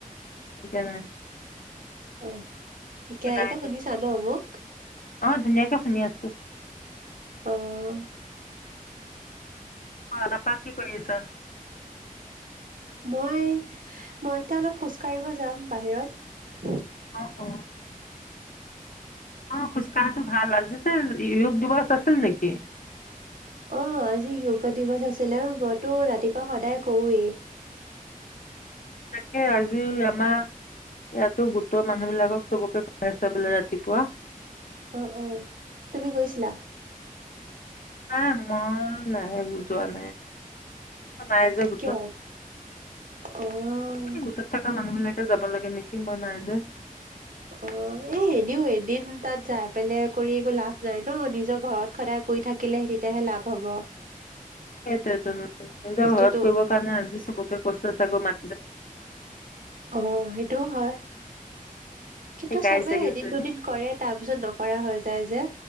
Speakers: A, on the left; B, on the right.
A: এতিয়া নাই
B: আহ ঠিকে
A: নাই
B: এতিয়া
A: আহি।
B: শুনিছা ন মোক?
A: অ ধুনীয়াকে শুনি আছো।
B: আহ
A: অ তাপাকি কৰিছা।
B: মই-মই এতিয়া অলপ খোজকাঢ়িব যাম বাহিৰত
A: অ অ অ খুচ কাহটো ভাল আজি যে যয়োগ দিৱস আছিল নেকি?
B: অ আজি য়োগা দিৱস আছিলে মইতো ৰাতিপুৱা সদায় কওঁৱেই
A: তাকে আজি আমাৰ ইয়াতো গোটৰ মানুহ বিলাকক চবকে খাই আছা বোলে। ৰাতিপুৱা
B: অ-অ তুমি গৈছিলা?
A: নাই মই নাহে বুজোৱা নাই। নাই যে গোটত
B: কিয়? অ'।
A: এই গোটত থকা মানুহ বিলাক যাব লাগে নেকি মই নাই যে
B: অ এনেও এদিন তাত যাই পেলাই কৰি একো লাভ নাই ন নিজৰ ঘৰত সদায় কৰি থাকি থাকিলেে তেতিয়াহে লাভ হ'ব
A: সেইটোৱেতোন তুমি
B: বস্তুটো
A: যা ঘৰত কৰিব কাৰণে আজি চবকে কৈচ চাগৈ মা
B: অ সেইটোও হয় কিন্তু
A: শিকাই
B: চবে
A: দিছে কিজানি
B: এদিন দুদিন কৰে তাৰ পিছত নকৰা হয় যাই যে